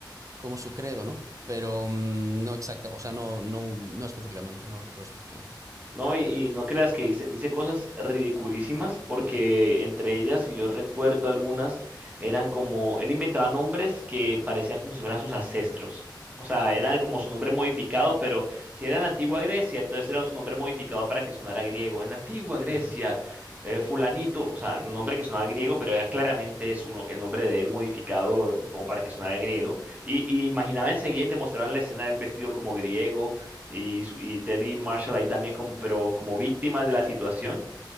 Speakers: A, on the right (about 45°); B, on the right (about 20°).
A: como su credo, ¿no? Pero mm, no exacta, o sea, no, no, no específicamente, no lo recuerdo específicamente.
B: No, y, y no creas que dice, dice cosas ridiculísimas, porque entre ellas, si yo recuerdo algunas, eran como, él inventaba nombres que parecían como si fueran sus ancestros. O sea, era como su nombre modificado, pero si era en antigua Grecia, entonces era su nombre modificado para que sonara griego. En antigua Grecia,
A: Ujú,
B: eh, fulanito, o sea, un nombre que sonaba griego, pero era claramente su no- el nombre de él modificado eh, como para que sonara griego. Y, y imaginaba enseguida y te mostraban la escena del vestido como griego y, su- y Teddy Marshall ahí también como, pero como víctimas de la situación.
A: ujú.